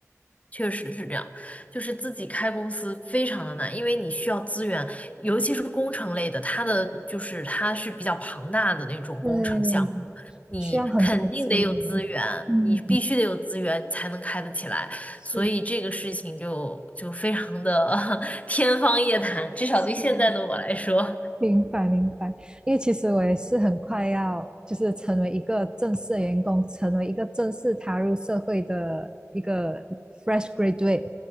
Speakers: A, on the left; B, on the right.
A: 确实是这样，就是自己开公司非常的难，因为你需要资源，尤其是工程类的，它的就是它是比较庞大的那种工程项目，
B: 对，
A: 你肯定得有资源，
B: 需要很多资源。嗯，
A: 你必须得有资源，你才能开得起来，
B: 是
A: 所以这个事情就就非常的 <laughs> 天方夜谭，至少对现在的我来说，
B: 是。明白明白，因为其实我也是很快要就是成为一个正式的员工，成为一个正式踏入社会的一个 fresh graduate。